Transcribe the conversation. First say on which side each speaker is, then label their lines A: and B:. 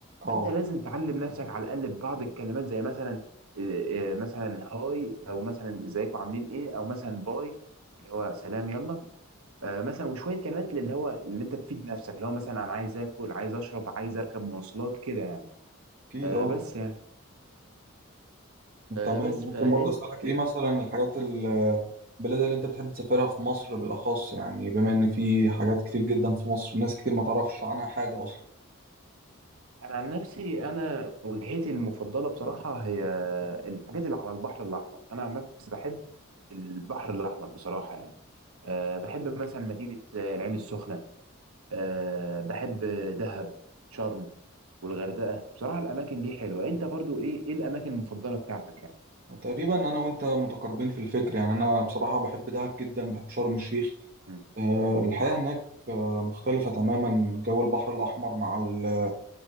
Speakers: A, on the right; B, on the right.
A: اه
B: فانت لازم تعلم نفسك على الاقل ببعض الكلمات زي مثلا إيه، إيه، مثلا هاي او مثلا ازيكم عاملين ايه او مثلا باي اللي هو سلام يلا آه، مثلا وشويه كلمات اللي هو اللي انت تفيد نفسك اللي هو مثلا انا عايز اكل عايز اشرب عايز اركب مواصلات كده يعني
A: أكيد
B: آه،
A: اه
B: بس يعني آه،
A: تمام
B: بس
A: ممكن
B: فانت
A: برضه أسألك
B: إيه،
A: إيه مثلا الحاجات ال- البلاد اللي أنت بتحب تسافرها في مصر بالأخص يعني بما إن في حاجات كتير جدا في مصر ناس كتير ما تعرفش عنها حاجة أصلا
B: انا عن نفسي انا وجهتي المفضله بصراحه هي الحاجات اللي على البحر الاحمر انا عن نفسي بحب البحر الاحمر بصراحه يعني أه بحب مثلا مدينه آه، العين السخنه أه بحب دهب شرم والغردقة بصراحة الأماكن دي حلوة أنت برضو إيه إيه الأماكن المفضلة بتاعتك يعني
A: تقريبا انا وانت متقاربين في الفكر يعني انا بصراحه بحب دهب جدا بحب شرم الشيخ
B: مم.
A: آه، الحياه هناك آه، مختلفه تماما جو البحر الاحمر مع ال-